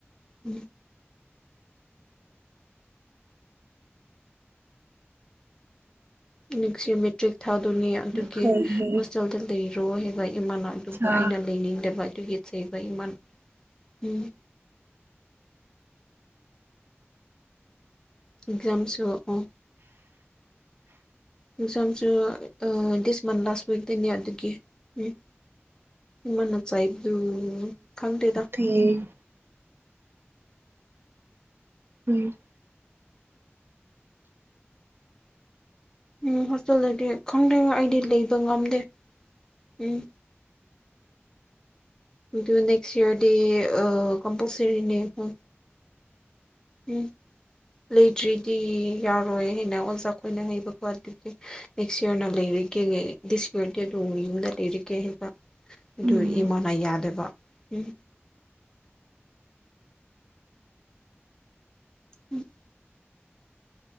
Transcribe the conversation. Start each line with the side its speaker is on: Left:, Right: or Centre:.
Left: ꯎ ꯅꯛꯁ ꯃꯦꯇ꯭ꯔꯤꯛ ꯊꯥꯗꯣꯏꯅꯦ ꯑꯗꯨꯒꯤ
Right: ꯀꯔꯤ
Left: ꯍꯣꯁꯇꯦꯜꯗ ꯂꯩꯔꯣ ꯍꯥꯏꯕ ꯏꯃꯥꯟꯅꯕ ꯑꯗꯨꯕꯨ
Right: ꯆꯥ
Left: ꯑꯩꯅ ꯂꯩꯅꯤꯡꯗꯕ ꯑꯗꯨꯒꯤ ꯆꯩꯕ ꯏꯥꯟ ꯎꯝ ꯑꯦꯛꯖꯥꯝꯁꯨꯛꯑꯣ ꯑꯦꯛꯖꯥꯝꯁꯨ ꯗꯤꯁ ꯃꯔ ꯂꯥꯁ ꯋꯤꯛꯇꯩꯅꯤ ꯌꯥ ꯑꯗꯨꯒ ꯎꯝ ꯏꯃꯅ ꯆꯥꯏꯕꯗꯨ ꯈꯪꯗꯦꯗ
Right: ꯐ ꯎꯝ
Left: ꯎꯝ ꯍꯣꯁꯇꯦꯜꯗꯗꯤ ꯈꯪꯗꯦ ꯑꯩꯗꯤ ꯂꯩꯕ ꯉꯝꯗꯦ ꯎꯝ ꯑꯗꯨ ꯅꯦꯛꯁ ꯏꯌꯥꯔꯗꯤ ꯀꯝꯄꯜꯁꯔꯤꯅꯦ ꯍ ꯎꯝ ꯂꯩꯗ꯭ꯔꯤꯗꯤ ꯌꯥꯔꯣꯏ ꯍꯥꯏꯅ ꯑꯣꯖꯥꯈꯣꯏꯅ ꯍꯩꯕꯀꯣ ꯑꯗꯨꯗꯤ ꯅꯦꯛꯁꯔ ꯂꯩꯔꯔ ꯑꯗꯨ ꯌ ꯂꯩꯔꯒ ꯍꯥꯏ <unintelligible> ꯑꯗꯨ
Right: ꯎꯝ
Left: ꯏꯃꯥꯅ ꯌꯥꯗꯕ ꯎꯝ ꯎꯝ